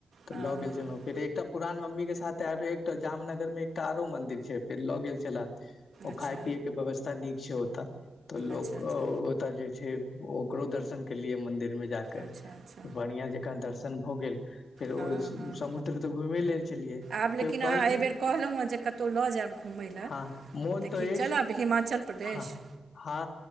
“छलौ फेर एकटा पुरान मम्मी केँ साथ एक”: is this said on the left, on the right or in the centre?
Left